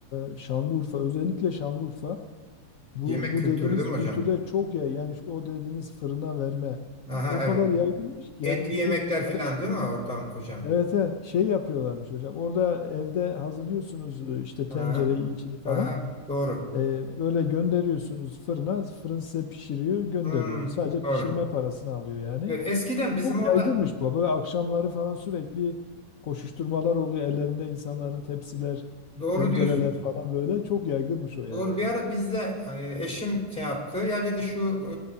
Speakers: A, on the left; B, in the centre.
A: e, Şanlıurfa, özellikle Şanlıurfa. Bu,
B: Yemek
A: bu
B: kültürü
A: dediğiniz
B: değil mi
A: kültürde
B: hocam?
A: çok ya yani şu- o dediğiniz fırına verme
B: Aha
A: o kadar
B: evet.
A: yaygınmış ki
B: Etli
A: yani
B: yemekler
A: sırf böyle
B: filan değil mi oradan hocam?
A: evet evet, şey yapıyorlarmış hocam. Orada evde hazırlıyorsunuz e, işte tencereyi
B: Aha.
A: içini falan.
B: Aha, doğru.
A: Ee, böyle gönderiyorsunuz fırına, fırın size pişiriyor, gönderiyor.
B: Hmm,
A: Sadece
B: doğru.
A: pişirme parasını alıyor yani.
B: Evet, eskiden bizim
A: Çok
B: orada
A: yaygınmış bu. Böyle akşamları falan sürekli koşuşturmalar oluyor. Ellerinde insanların tepsiler,
B: doğru
A: tencereler
B: diyorsunuz.
A: falan böyle. Çok yaygınmış o yani.
B: Doğru. Bir ara bizde e, eşim şey yaptı. Ya dedi şu